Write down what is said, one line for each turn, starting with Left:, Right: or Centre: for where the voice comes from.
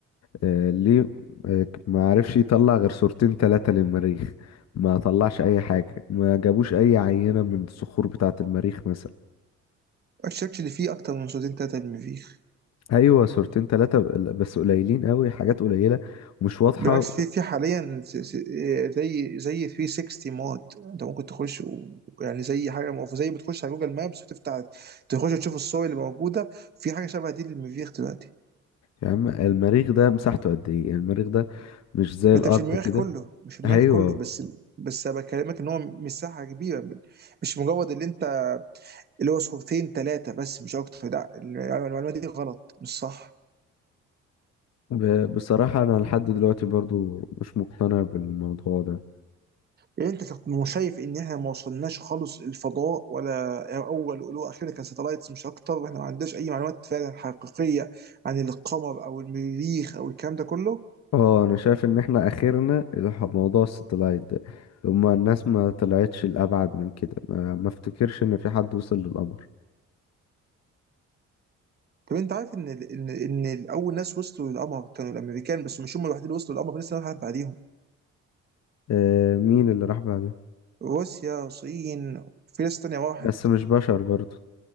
Left: آه، ليه آه، ما عرفش يطلع غير صورتين ثلاثة للمريخ ما طلعش اي حاجة ما جابوش اي عينة من الصخور بتاعة المريخ مثلا
Right: الشكل اللي فيه اكتر من صوتين ثلاثه للمريخ
Left: ايوه صورتين ثلاثة بس قليلين قوي حاجات قليلة ومش واضحة
Right: بالعكس في في حاليا س- س- آه، زي زي 360 مود انت ممكن تخش و- يعني زي حاجه مف- زي بتخش على جوجل مابس وتفتح تخش تشوف الصور اللي موجوده في حاجه شبه دي للمريخ دلوقتي
Left: يا عم المريخ ده مساحته قد ايه يعني المريخ ده مش زي
Right: ما
Left: الارض
Right: انت مش المريخ
Left: كده
Right: كله مش المريخ
Left: ايوه
Right: كله بس بس انا بكلمك ان هو مساحه كبيره مش مجرد اللي انت اللي هو صورتين ثلاثه بس مش اكتر لا المعلومه دي غلط مش صح
Left: ب- بصراحة انا لحد دلوقتي برضو مش مقتنع بالموضوع ده
Right: يعني انت مش شايف ان احنا ما وصلناش خالص الفضاء ولا اول ولو اخيرا كساتلايتس مش اكتر واحنا ما عندناش اي معلومات فعلا حقيقيه عن القمر او المريخ او الكلام ده كله
Left: اه انا شايف ان احنا اخرنا الح- موضوع الستلايت ده هما الناس ما طلعتش الابعد من كده ما, ما افتكرش ان في حد وصل للقمر
Right: طب انت عارف ان ان ان اول ناس وصلوا للقمر كانوا الامريكان بس مش هم الوحيدين اللي وصلوا للقمر في ناس واحد بعديهم
Left: آه مين اللي راح بعده
Right: روسيا الصين في ناس تانية راحت
Left: بس مش بشر برضو